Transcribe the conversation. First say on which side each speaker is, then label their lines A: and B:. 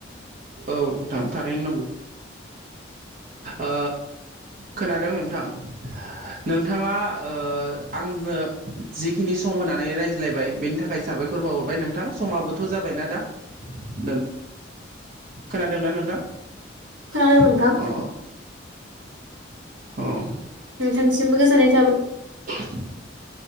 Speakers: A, on the right; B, on the right.
A: औ नथां थारैनो नं ओ खोनादों नोंथां नोंथाङा ओ आंनो जिखिनि सम होनानै रायज्लायबाय बेनि थाखाय साबायखर बाहरबाय नोंथां समाबोथ' जाबायना दा। नों खोनादोंना नोंथां?
B: खोनादों नोंथां
A: अ। औ।
B: नोंथांसिमबो गोजोननाय थाबाय।
A: <inaudible>